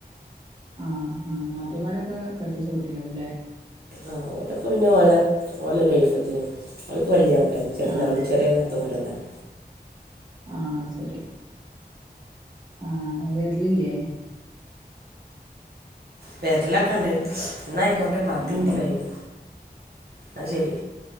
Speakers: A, on the right (about 25°); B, on the right (about 65°).
A: ആഹ് ആ നാത്തുമാരൊക്കെ കെട്ടിച്ചു വീട്ടിലാവൂല്ലേ?
B: ആഹ് ഓ.. അതൊക്കെ പിന്നെ ഓല ഓല ലൈഫത്തെ... ഓലൊക്കെ വലിയ ആൾക്കാര് ചെറുതായി
A: ആഹ്
B: ചെറി നാത്തൂമാരൊന്നല്ല.
A: ആഹ് ശരി ആ വെരലില്ലേ?
B: വേരലൊക്കെണ്ട് ന്നയ്‌ക്കോട്ടെ പത്തിൻറ്റ്
A: ആഹ്
B: കഴിഞ്ഞു. ആ ശരി.